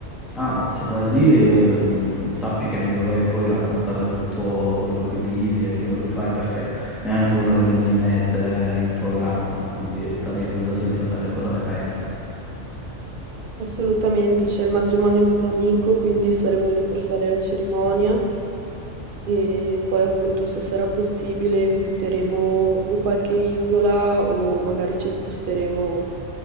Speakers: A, in the centre; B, on the right (about 50°).
A: Ah no, se vai lì, eh, mm, sappi che mi dovrai poi raccontare tutto quello che vivi e quello che fai perché è anche una delle mie mete in programma, quindi sarei curioso di sapere cosa ne pensi.
B: Assolutamente, c'è il matrimonio di un amico, quindi saremo lì per fare la cerimonia e poi appunto se sarà possibile visiteremo o qualche isola o magari ci sposteremo